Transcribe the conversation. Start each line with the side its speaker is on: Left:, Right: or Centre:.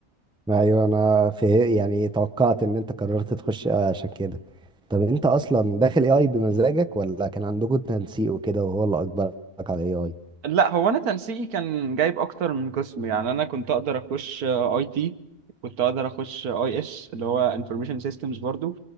Centre: ايوه انا في يعني توقعت ان انت قررت تخش آه، عشان كده طب انت اصلا داخل اي اي بمزاجك ولا كان عندكم تنسيق وكده وهو اللي اجبرك على اي اي
Right: لا هو انا تنسيقي كان جايب اكتر من قسم يعني انا كنت اقدر اخش اي تي كنت اقدر اخش اي اس اللي هو انفورميشن سيستمز برضو